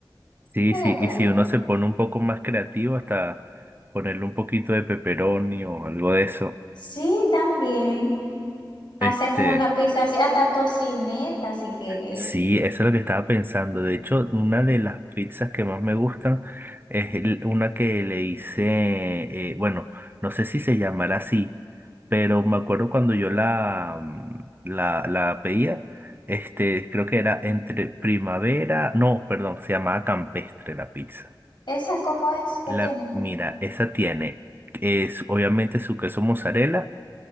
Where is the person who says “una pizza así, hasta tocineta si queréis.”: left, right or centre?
Left